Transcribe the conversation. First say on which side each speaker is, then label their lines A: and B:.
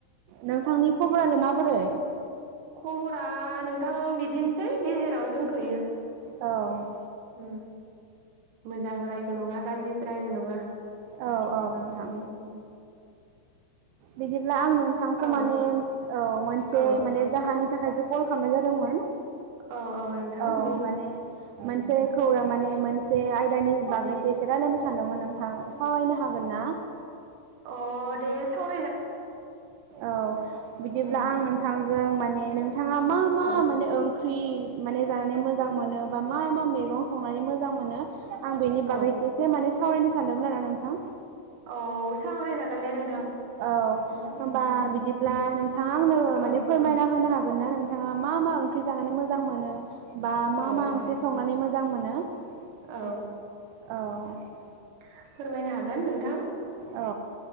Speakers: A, on the right; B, on the right.
A: नोंथांनि खबरालाय माबोरै?
B: खबर खबरा नोंथां बिदिनोसै थै गेजेरावनो दंथ'यो
A: औ
B: उ मोजांद्रायबो नङा गाज्रिद्रायबो नङा
A: औ औ नोंथां
B: उम उम
A: बिदिब्ला आं नोंथांखौ
B: औ
A: माने औ मोनसे
B: औ
A: माने जाहोनानि थाखायसो कल खालामनाय जादोंमोन
B: औ नोंथां
A: औ
B: बुं
A: माने
B: उम
A: मोनसे खौरां माने मोनसे आयदानि बागैसो एसे रायज्लायनो सानदोंमोन नोंथां सावरायनो हागोन ना?
B: अ दे सावरायनो
A: औ बिदिब्ला
B: उम
A: आं नोंथांजों नोंथांजों माने नों बिथाङा मा-मा
B: औ
A: माने ओंख्रि माने जानानै मोजां मोनो बा मा-मा मैगं संनानै मोजां मोनो आं बेनि बागैसो
B: औ
A: एसे माने सावरायनोसै सान्दोंमोन आरो नोंथां
B: औ सावराय जागोन दे नोंथां
A: औ
B: उम
A: होमबा
B: ओ
A: बिदिब्ला नोंथाङा आंनो
B: ओ
A: माने फोरमायना होनो हागोन होनना नोंथाङा मा-मा ओंख्रि जानानै मोजां मोनो? बा
B: औ
A: मा-मा
B: औ
A: ओंख्रि
B: औ
A: संनानै मोजां मोजां मोनो
B: औ
A: औ <inaudible>
B: <inaudible> फोरमायनो हागोन नोंथां ओ
A: औ